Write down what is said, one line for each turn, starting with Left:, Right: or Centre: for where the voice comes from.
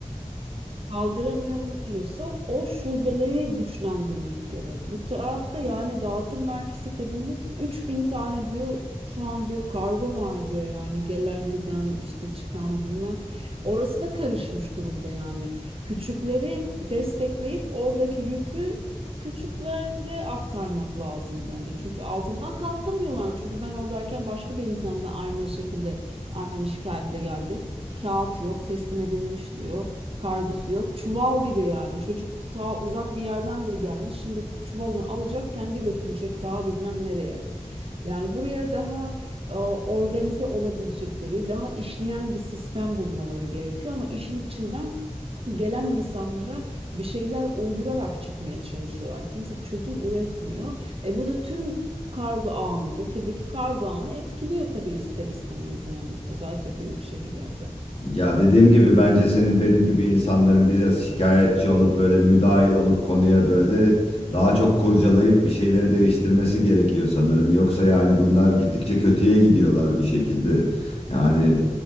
Right: kaldıramıyorsa o şubeleri güçlendirmek gerek. Bu tarafta yani dağıtım merkezi kadınlık 3000 tane diyor şu an diyor kargo var diyor yani gelen giden işte çıkan bilmem. Orası da karışmış durumda yani. Küçükleri destekleyip oradaki yükü küçüklere aktarmak lazım bence. Çünkü altından kalkamıyorlar. Çünkü ben oradayken başka bir insan da aynı şekilde aynı şikayetle geldi. Kağıt yok, teslim edilmiş diyor. Kargısı yok. Çuval bir de yani. Çocuk ta uzak bir yerden de gelmiş. Şimdi çuvalını alacak, kendi götürecek ta bilmem nereye. Yani buraya daha e, organize olabilecekleri, daha işleyen bir sistem bulmaları gerekiyor ama işin içinden gelen insanlara bir şeyler uydurarak çıkmaya çalışıyorlar. Kimse çözüm üretmiyor. E bu da tüm kargo ağını, ülkedeki kargo ağını etkiliyor tabii ister istemez yani özellikle büyük şehirlerde.
Left: Ya dediğim gibi bence senin benim gibi insanların biraz şikayetçi olup böyle müdahil olup konuya böyle daha çok kurcalayıp bir şeyleri değiştirmesi gerekiyor sanırım. Yoksa yani bunlar gittikçe kötüye gidiyorlar bir şekilde. Yani